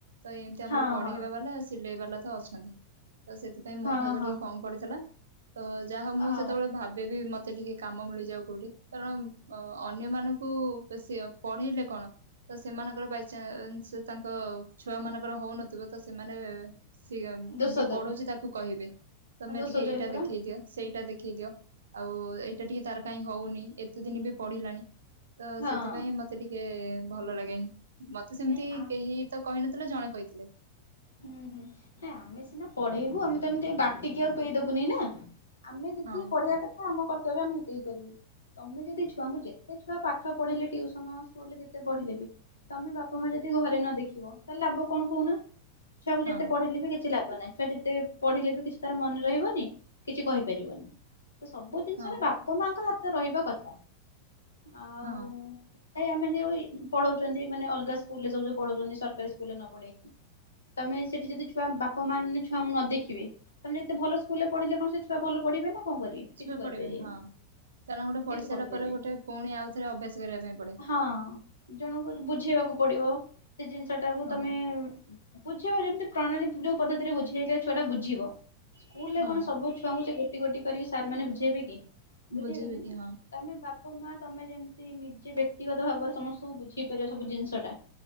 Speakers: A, on the right (about 65°); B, on the left (about 75°).
A: ତ ଏମିତି ଆମର
B: ହଁ
A: ପଢେଇବା
B: ହଁ
A: ବାଲା ସିଲେଇ ବାଲା ତ ଅଛନ୍ତି ତ ସେଥିପାଇଁ ସେଥିପାଇଁ
B: ହଁ
A: ମୋ ଭାଗ
B: ହଁ
A: ଟିକେ କମ ପଡ଼ିଥିଲା ତ ଯାହା ମୁଁ
B: ହଉ
A: ସେତେବେଳେ ଭାବେ କି ମତେ ଟିକେ କାମ ମିଳି ଯାଉ କୋଉଠି କାରଣ ଅନ୍ୟ ମାନଙ୍କୁ ବେଶୀ ଆଉ ପଢ଼େଇଲେ କଣ ତ ସେମାନଙ୍କର ବାଇଚାନ୍ସ ତାଙ୍କ ଛୁଆ ମାନଙ୍କର ହଉନଥିବ ତ ସେମାନେ ସିଏମ
B: ଦୋଷ
A: ଯିଏ
B: ଦେବେ
A: ପଢ଼ଉଛି ତାକୁ କହିବେ ତମେ
B: ଦୋଷ
A: ଟିକେ
B: ଦେବେ
A: ଏଇଟା
B: ପରା।
A: ଦେଖେଇ ଦିଅ ସେଇଟା ଦେଖେଇ ଦିଅ ଆଉ ଏଇଟା ଟିକେ ତାର କାଇହିଁ ହଉନି ଏତେ ଦିନ ବି ପଢ଼ିଲାଣି ତ
B: ହଁ।
A: ସେଥିପାଇଁ ମ ମତେ ଟିକେ ଭଲ ଲାଗେନି ମତେ ସେମିତି
B: ନାଇଁ ଆମ
A: କେହି ତ କହିନଥିଲେ ଜଣେ କହିଥିଲେ।
B: ହୁଁ ହୁଁ ହଁ ଆମେ ସିନା ପଢ଼େଇବୁ ଆମେ ତ ଏମିତି ବାଟିକି ଆଉ ପେଇଦବୁନି ନା। ଆମେ ଯେତିକି
A: ହଁ
B: ପଢ଼େଇିବା କଥା ଆମ କର୍ତ୍ତବ୍ୟ ଆମେ ସେତିକି କରିବୁ। ତମେ ଯଦି ଛୁଆଙ୍କୁ ଯେତେ ଛୁଆ ପାଠ ପଢ଼ିଲେ ଟ୍ୟୁସନ ସ୍କୁଲ ରେ ଯେତେ ପଢ଼ିଲେ ବି ତମେ ବାପା ମା ଯଦି ଘରେ ନ ଦେଖିବ ତାହଲେ ଲାଭ କଣ କହୁନା ଛୁଆକୁ
A: ହଁ
B: ଯେତେ ପଢ଼େଇଲେ ବି କିଛି ଲାଭ ନାହିଁ। ଛୁଆ ଯେତେ ପଢ଼ିଲେ ବି କିଛି ତାର ମନେ ରହିବନି କିଛି କହିପାରିବନି। ତ ସବୁ ଜିନିଷରେ
A: ହଁ
B: ବାପା ମାଙ୍କ ହାତରେ ରହିବା କଥା ଆଉ
A: ହଁ
B: ଏ ଆମେ ଯିଏ ପଢ଼ଉଛନ୍ତି ମାନେ ଅଲଗା ସ୍କୁଲ ରେ ସବୁ ଯୋଉ ସ୍କୁଲରେ ପଢ଼ଉଛନ୍ତି ସରକାରୀ ସ୍କୁଲ ରେ ନ ପଢ଼େଇକି ତମେ ସେଠି ଯଦି ଛୁଆ ବାପାମାଆ ମାନେ ଛୁଆଙ୍କୁ ନ ଦେଖିବେ ତମେ ଯେତେ ଭଲ ସ୍କୁଲ ରେ ପଢ଼ିଲେ କଣ ସେ ଛୁଆ ଭଲ ପଢ଼ିବେ ନା କଣ କରିବେ କିଛି
A: ଛୁଆ
B: କରିପାରିବେନି।
A: ପଡିବେ ହଁ କାରଣ ଗୋଟେ
B: କିଛି
A: ପଢି଼ ସାରିଲା
B: ପଢିପାରିବେନି
A: ପରେ ଗୋଟେ ପୁଣି ଆଉଥରେ ଅଭ୍ୟାସ କରିବା ପାଇଁ ପଡ଼େ।
B: ହଁ। ଜଣଙ୍କୁ ବୁଝେଇବାକୁ ପଡ଼ିବ ସେ ଜିନିଷ ଟାକୁ
A: ହଁ
B: ତମେ ବୁଝିବ ଯେମିତି ପ୍ରଣାଳୀ ଯୋଉ ପଦ୍ଧତିରେ ବୁଝେଇଲେ ଛୁଆଟା ବୁଝିବ ସ୍କୁଲ ରେ
A: ହଁ
B: କଣ ସବୁ ଛୁଆଙ୍କୁ ସେ ଗୋଟି ଗୋଟି କରିକି ସାର୍ ମାନେ ବୁଝେଇବେ କି ବୁଝେଇବେନି
A: ବୁଝେଇବେ
B: ନା।
A: କି ହଁ
B: ତମେ ବାପା ମା ତମେ ଯେମିତି ନିଜେ ବ୍ୟକ୍ତିଗତ ଭାବରେ ସମସ୍ତେ ସବୁ ବୁଝେଇ ପାରିବା ସବୁ ଜିନିଷ ଟା